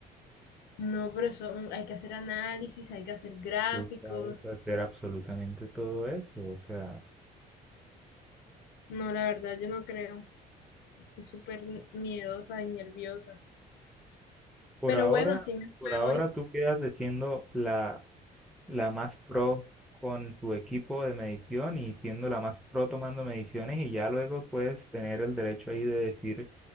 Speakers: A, on the left (about 80°); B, in the centre.
A: No, pero eso mm, hay que hacer análisis, hay que hacer gráficos.
B: tú sabes hacer absolutamente todo eso, o sea,
A: No, la verdad, yo no creo. Estoy súper miedosa y nerviosa.
B: por
A: Pero
B: ahora,
A: bueno, así me
B: por
A: fue
B: ahora
A: hoy.
B: tú quedas de siendo la, la más pro con tu equipo de medición y siendo la más pro tomando mediciones y ya luego puedes tener el derecho ahí de decir